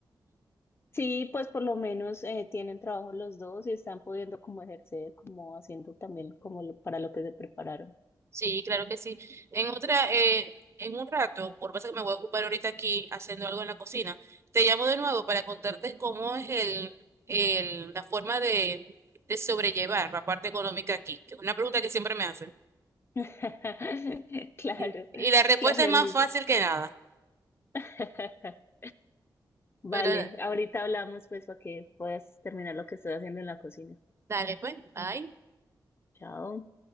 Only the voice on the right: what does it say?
Sí, claro que sí. En otra, eh, en un rato, por pasa que me voy a ocupar ahorita aquí haciendo algo en la cocina, te llamo de nuevo para contarte cómo es el, el, la forma de, de sobrellevar la parte económica aquí, que es una pregunta que siempre me hacen.
Sí. Y la respuesta
es
más fácil que nada.
Pero
dale, pues, bye.